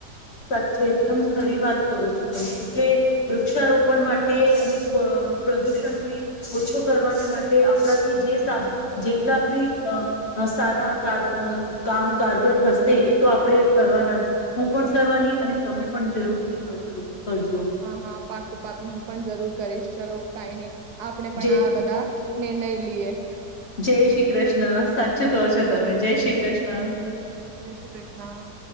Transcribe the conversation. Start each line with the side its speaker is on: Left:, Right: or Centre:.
Left: સાચું એકદમ ખરી વાત કરો છો તમે એટલે વૃક્ષારોપણ માટે અને પ પ્રદૂષણને ઓછો કરવાને માટે આપણાથી જે સાબિત જેટલા બી સારા કામ કારગર હશે એ તો આપણે કરવાના જ હું પણ કરવાની અને તમે પણ જરૂર થી કરશો કરજો
Right: હા હા પાકું પાકુ હું પણ જરૂર કરીશ ચાલો કાઈ નહી આપણે પણ
Left: જય
Right: આ બધા નિર્ણયે લીયે
Left: જય શ્રી કૃષ્ણ સાચ સાચું કહો છો તમે જય શ્રી કૃષ્ણ
Right: જય શ્રી કૃષ્ણ